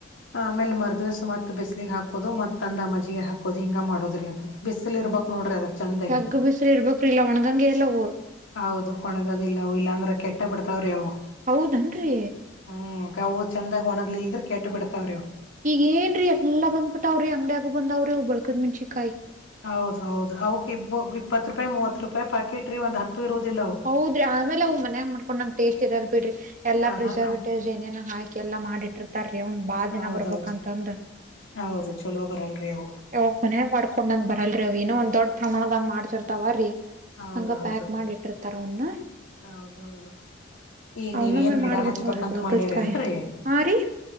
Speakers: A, on the left; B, on the right.
A: ಆ ಆಮೇಲೆ ಮರುದಿವಸ ಮತ್ತೆ ಬಿಸ್ಲಿಗೆ ಹಾಕೋದು ಮತ್ತ ಅಂದ ಮಜ್ಜಿಗೆ ಹಾಕೋದು ಹಿಂಗ ಮಾಡೋದ್ರಿ ಅದನ್ನ ಬಿಸಿಲ್ ಇರ್ಬೇಕಕ್ ನೋಡ್ರಿ ಅದಕ್ಕೆ ಚಂದಗೆ
B: ಜಗ್ಗ್ ಬಿಸ್ಲ್ ಇರ್ಬೇಕ್ರಿ ಇಲ್ಲ ಒಣಗಂಗೆ ಇಲ್ಲ ಅವು
A: ಹೌದು ಒಣಗದಿಲ್ಲ ಇಲ್ಲ ಅಂದ್ರೆ ಕೆಟ್ಟಬಿಡ್ತಾವ್ರಿ ಅವು
B: ಹೌದಏನ್ರಿ
A: ಹ್ಮ್ ಅವು ಚಂದ್ ಒಣಗ್ಲಲ್ದ್ರೆ ಕೆಟ್ಟ ಬಿಡ್ತಾವ್ರೀವು
B: ಈಗಏನ್ರೀ ಎಲ್ಲ ಬಂದಬಿಟ್ಟ ಅವ್ರಿ ಅಂಗಡಿಯಾಗು ಬಂದಾವ್ರಿ ಅವು ಬಳಕದ ಮೆಣಸಿಕಾಯಿ
A: ಹೌದ ಹೌದು ಅವಕ್ ಇಬ್ಬ ಇಪ್ಪತ್ತು ರೂಪಾಯಿ ಮೂವತ್ ರೂಪಾಯಿ ಪಾಕೆಟ್ ರಿ ಒಂದ್ ಹತ್ತು ಇರೋದಿಲ್ಲ ಅವು
B: ಹೌದ್ರಿ ಆಮೇಲೆ ಅವ ಮನ್ಯಾಗ ಮಾಡ್ಕೊಂಡ್ ನಂಗ ಟೇಸ್ಟ್ ಇರಲ್ ಬಿಡ್ರಿ ಎಲ್ಲ ಪ್ರಿಸರ್ವೇಟಿವ್ಸ್
A: ಹ ಹಾ
B: ಏನೇ ಹಿ ಎಲ್ಲಾ ಮಾಡಿಟ್ಟಿರ್ತಾರಿ ಅವನ್ ಬಾ ದಿನ
A: ಹೌದೌದು
B: ಬರ್ಬಂತಂದ
A: ಹೌದು ಚಲೋ ಬರಲ್ರಿ ಅವು
B: ಯಾವೋಗ್ ಮನ್ಯಾಗ ಮಾಡ್ಕೊಂಡಂದ್ ಬರಲ್ರಿ ರ ಅವಿನ ಒಂದ್ ದೊಡ್ ಪ್ರಮಾಣದಾಗ್ ಮಾಡ್ಸಿರ್ತಾವ ರೀ
A: ಹೌದೌದು
B: ಹಂಗ ಪ್ಯಾಕ್ ಮಾಡಿ ಇಟ್ಟಿರ್ತಾರ ಅವನ್ನ
A: ಹೌದೌದು ಈಗ
B: ಅವನ್ನೊಮ್ಮೆ
A: ನೀವ್ ಏನ್ ಗಿಡ
B: ಮಾಡ್ಬೇಕಕ್
A: ಹಚ್ಬೇಕಂತ
B: ನೋಡ್ರಿ ಬೆಳ್ಗದಕಾಯಿ
A: ಮಾಡಿರೇನ್ರರಿ
B: ಹಾ ರೀ